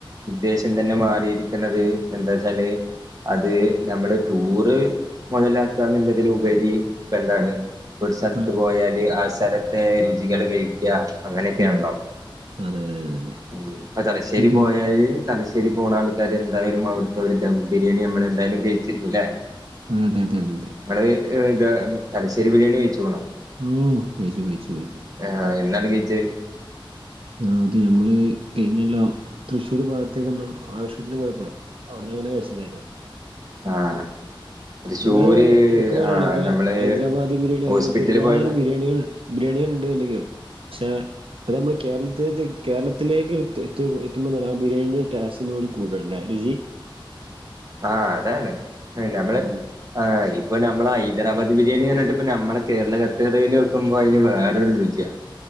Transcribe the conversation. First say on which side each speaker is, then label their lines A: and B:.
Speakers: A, on the right; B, on the right.
A: ഉദ്ദേശം തന്നെ മാറിയിരി
B: ഉം
A: ക്ക്‌ണത് എന്താച്ചാല് അത് ഞമ്മള് ടൂറ് മൊതലാക്കാന്ന്ള്ള അതിലുപരി പ്പെന്താണ് ഇപ്പൊരു സെലത്ത്
B: പ-
A: പോയാല് ആഹ് സെലത്തെ രുചികള് കഴിക്ക അങ്ങനെക്കെണല്ലോ
B: ഉം അതെ അതെ അതെ അതെ
A: ആഹ് തലശ്ശേരി
B: എന്നിട്ട്
A: പോയാല് തലശ്ശേരി പോണ ആൾക്കാര് എന്തായാലും അവിട്ത്തെ ഒരു ദംബിരിയാണി നമ്മള് എന്തായാലും കഴിച്ചിരിക്കും ലെ
B: അതെ അതെ അതെ
A: ഇങ്ങള് ഇത് തലശ്ശേരി ബിരിയാണി കഴിച്ച്ക്ക്ണോ?
B: ഓഹ് കയിച്ചു കയിച്ചു കയിച്ചു
A: ആഹ് എന്നാണ് കയിച്ചെ?
B: ആഹ് അത് ഞമ്മള് കഴിഞ്ഞോല്ലം തൃശ്ശൂർ ഭാഗത്തേക്കെന്തൊ ആവശ്യത്തിന് പോയപ്പളെ ഔട്ന്നങ്ങനെ കഴിച്ചെതെരം
A: ആഹ് തൃശ്ശൂര്
B: എന്നാലും ഇൻക്ക് പറയാന്ള്ളെ
A: ആഹ് നമ്മള്
B: ഹൈദരാബാദ് ബിരിയാണി അതുപോൽത്തെ
A: ഹോസ്പിറ്റലിൽ
B: ഒരുപാട്
A: പോയതാ
B: ബിരിയാണികൾ ബിരിയാണികള്ണ്ട്ണ്ടെങ്കിലും പക്ഷേ അത് അമ്മള് കേരളത്തില് കേരളത്തിലേക്ക് എ എത്തുമ്പോൾ ആ ബിരിയാണിന്റെ ടെസ്റ്റ് ഒന്നും കൂടെ കൂടണല്ലേ രുചി
A: ആഹ് അതാണ് നമ്മള്
B: ഉം
A: ആഹ് ഇപ്പോ ഞമ്മളെ ഹൈദരാബാദ് ബിരിയാണി പർഞ്ഞിട്ട് ഇപ്പോ ഞമ്മളെ കേരള തട്ട്കടയില് വെക്കുമ്പോ അയിന് വേറൊരു രുചിയാ